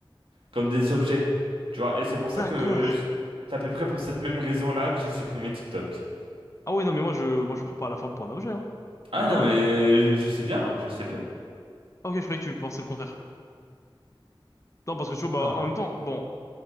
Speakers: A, on the right; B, on the left.
A: comme des objets. Tu vois, et c'est pour
B: D'accord.
A: ça que je- c'est à peu près pour cette même raison-là que j'ai supprimé TikTok.
B: Ah oui non mais moi je moi je prends pas la femme pour un objet hein.
A: Ah
B: Loin
A: non,
B: de là.
A: mais je, je sais bien, je sais bien.
B: Ah, ok, je croyais que tu pensais le contraire. Non parce que tu vois bah
A: Non.
B: en même temps bon